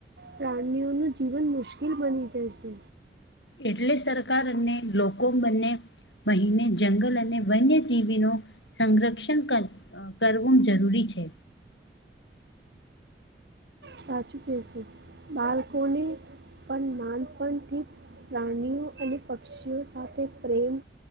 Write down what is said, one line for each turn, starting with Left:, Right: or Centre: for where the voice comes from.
Right: પ્રાણીઓનું જીવન મુશ્કિલ બની જાય છે.
Left: એટલેજ સરકાર અને લોકો બને મહિને જંગલ અને વન્યજીવીનો સંરક્ષણ કર અ કરવું જરૂરી છે.
Right: સાચું કેશો બાળકોને પણ નાનપણથી પ્લાનિઓ અને પક્ષીઓ સાથે પ્રેમ